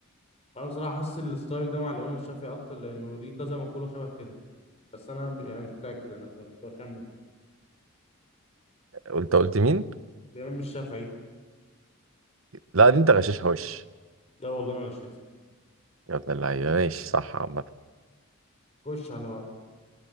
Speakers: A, on the left; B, on the right.
A: انا بصراحه حاسس الستايل ده مع الامام الشافعي اكتر لانه ليه كذا مقوله شبه كده بس انا م- يعني مش متاكد انا ب- بخمن
B: قلت قلت مين؟
A: الامام الشافعي
B: لا دي انت غشاشها وش
A: ده والله ما غشيت
B: يا ابن اللعيبة ماشي صح عامة
A: خش على بعض